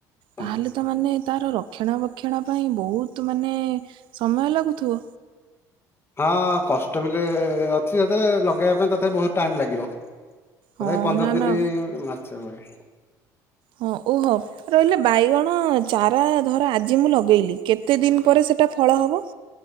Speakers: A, on the left (about 25°); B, on the right (about 65°).
A: ହଁ
B: ତାହେଲେ ତ ମାନେ ତାର ରକ୍ଷଣା ବକ୍ଷଣା ପାଇଁ ବହୁତ ମାନେ ସମୟ ଲାଗୁଥିବ।
A: ହଁ କଷ୍ଟ ବିଲ ଅଛି ଯେତେବେଳେ ଲଗେଇବା ପାଇଁ ତଥାପି ବହୁତ ଟାଇମ୍ ଲାଗିବ।
B: ହଁ
A: ଏହି ପନ୍ଦର
B: ନା
A: ଦିନି
B: ନା
A: ମାସେ ବଳି
B: ହଁ ଓହ। ରହିଲେ ବାଇଗଣ ଚାରା ଧର ଆଜି ମୁଁ ଲଗେଇଲି କେତେ ଦିନ ପରେ ସେଟା ଫଳ ହବ?